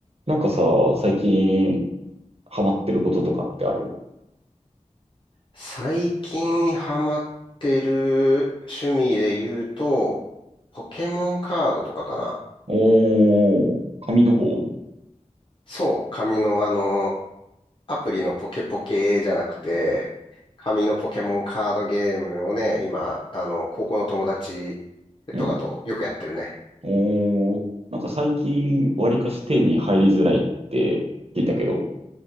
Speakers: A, on the right (about 50°); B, on the left (about 40°).
A: なんかさ、最近ハマってることとかってある
B: 最近ハマってる趣味で言うと、ポケモンカードとかかな。
A: おー、紙の方うん
B: そう、紙のあの、アプリのポケポケじゃなくて、紙のポケモンカードゲームをね、今、あの、高校の友達
A: うんうん。
B: とかとよくやってるね。
A: おー、なんか最近わりかし手に入りづらいって聞いたけど。